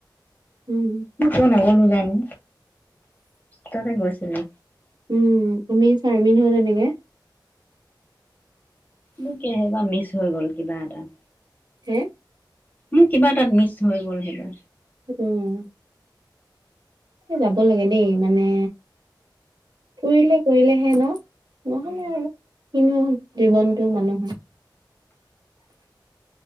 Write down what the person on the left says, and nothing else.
মই কিয় নগলো। জানো। তহঁতে গৈছিলি
মোৰ কেহবা মিছ হৈ গ'ল কিবা এটা।
মোৰ কিবা এটা মিছ হৈ গ'ল সেইবা।
উম